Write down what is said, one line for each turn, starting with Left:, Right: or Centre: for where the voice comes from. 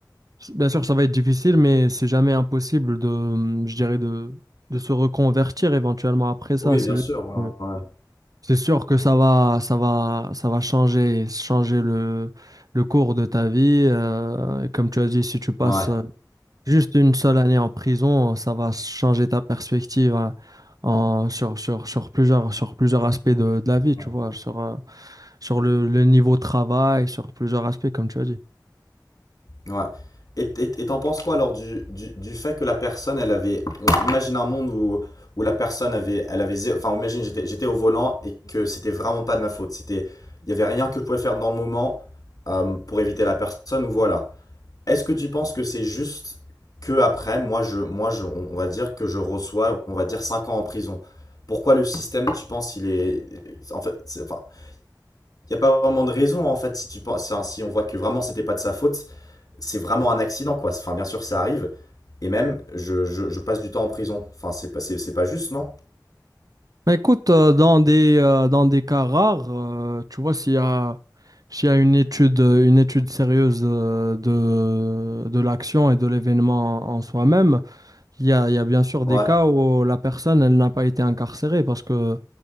Right: Bien sûr, ça va être difficile, mais c'est jamais impossible de, hum, je dirais, de, de se reconvertir éventuellement après ça.
Left: Oui,
Right: C'est
Left: bien
Right: juste
Left: sûr.
Right: que-
Left: Ouais,
Right: c'est sûr que ça va, ça va, ça va changer, changer le, le cours de ta vie. euh, et comme tu as dit, si tu passes
Left: ouais.
Right: euh, juste une seule année en prison, ça va changer ta perspective hein, en, sur, sur, sur plusieurs, sur plusieurs aspects de, de la vie,
Left: Ouais.
Right: tu vois, sur, euh, sur le, le niveau de travail, sur plusieurs aspects, comme tu as dit.
Left: Ouais. Et et- et t'en penses quoi alors du, du, du fait que la personne, elle avait... on- Imagine un monde où, où la personne avait... Elle avait zé- Enfin, imagine, j'étais, j'étais au volant et que c'était vraiment pas de ma faute. C'était, il y avait rien que je pouvais faire dans le moment euh, pour éviter la personne ou voilà. Est-ce que tu penses que c'est juste que après, moi, je, moi je, on on va dire que je reçois, on va dire 5 ans en prison. Pourquoi le système, tu penses, il est... En fait, c'est- enfin, il n'y a pas vraiment de raison, en fait, si tu penses, si on voit que vraiment c'était pas de sa faute c'est vraiment un accident, quoi. Enfin, bien sûr, ça arrive. Et même, je, je, je passe du temps en prison. Enfin, c'est pas, c'est, c'est pas juste, non?
Right: Mais écoute, euh, dans des, euh, dans des cas rares, euh, tu vois, s'il y a, s'il y a une étude, euh, une étude sérieuse euh, de, de l'action et de l'événement en soi-même, il y a, il y a bien sûr
Left: Ouais.
Right: des cas où la personne, elle n'a pas été incarcérée parce que